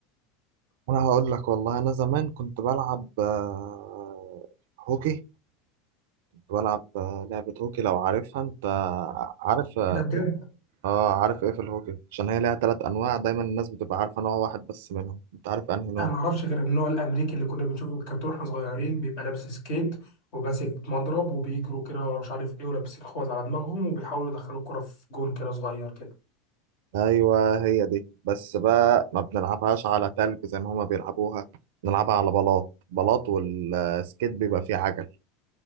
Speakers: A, on the right (about 60°); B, on the left (about 55°).
A: انا هقول لك والله انا زمان كنت بلعب آه، هوكي كنت بلعب آه، لعبة هوكي لو عارفها انت عارف اه
B: كده بجد
A: آه، عارف ايه في الهوكي عشان هي ليها ثلاث انواع دايما الناس بتبقى عارفة نوع واحد بس منهم انت عارف انهي نوع
B: انا ما اعرفش غير النوع الامريكي اللي كنا بنشوفه في الكرتون واحنا صغيرين بيبقى لابس سكيت وماسك مضرب وبيجروا كده ومش عارف ايه ولابسين خوذ على دماغهم وبيحاولوا يدخلوا الكرة في جون كده صغير كده
A: ايوه هي دي بس بقى ما بنلعبهاش على تلج زي ما هما بيلعبوها بنلعبها على بلاط بلاط والسكيت بيبقى فيه عجل